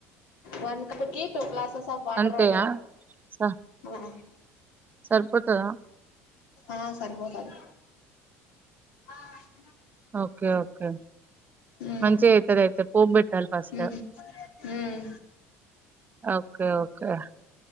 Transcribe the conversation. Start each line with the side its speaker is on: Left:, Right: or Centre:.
Left: వన్ కప్పుకి టు గ్లాసెస్ ఆఫ్ వాటర్
Right: అంతేనా
Left: పెట్టేయ
Right: స
Left: ఆ
Right: సరిపోతదా
Left: ఆ సరిపోతాది అ
Right: ఓకే ఓకే
Left: ఉమ్
Right: మంచిగా అయితది అయితే పోపు పెట్టాల్ ఫస్ట్
Left: ఉమ్ ఉమ్
Right: ఓకే ఓకే